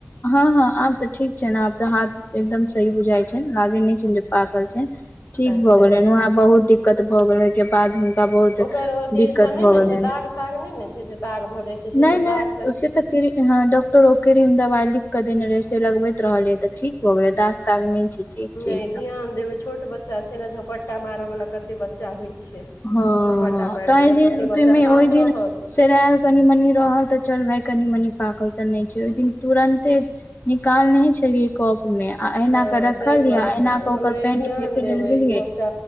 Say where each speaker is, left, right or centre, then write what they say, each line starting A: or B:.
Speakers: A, on the left; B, on the left.
A: हँ हँ आब तऽ ठीक छैन आब तऽ हाथ एकदम सही बुझााय छै लागे नय छै जे पाकल छै ठीक
B: अच्छा
A: भऽ गेलैन वहाँ बहुत दिक्कत भऽ गेल ओहिके बाद बहुत
B: ओकर अथी
A: दिक्कत
B: तऽ नय
A: भऽ
B: ने
A: गेलनि
B: छै, दाग-ताग नय ने छै जे दाग भऽ जाइत छै से
A: नहि
B: सब
A: नहि
B: दाग-ताग
A: से तऽ क्र ह डॉक्टर ओ क्रीम दवाई लिख के देने रहे से लगबैत रहले तऽ ठीक भ गेले दाग-ताग नय छै ठीक छै
B: नय
A: एकदम
B: ध्यान देबै छोट बच्चा छै ने, झपट्टा मारयवला कते बच्चा होइ छै
A: हँ
B: झपट्टा
A: हँ
B: मारि
A: ताहि
B: दै छै
A: जे
B: कते
A: आते
B: बच्चा
A: में
B: शान्त
A: ओहि दिन
B: रहत
A: सेरायल कनि-मनी रहल तऽ चल भाय कनी-मनी पाकल तऽ नय छै। ओहि दिन तुरंते निकालनहि छलियए कोप मे अहिना
B: हँ
A: कऽ रखल
B: ताहि दुआरे
A: यै अहिना
B: कहियौ
A: कऽ
B: ओनाहि
A: ओकर पेंट
B: ध्यान
A: फेेकैइ
B: देबै
A: लेल गेलियै
B: बच्चा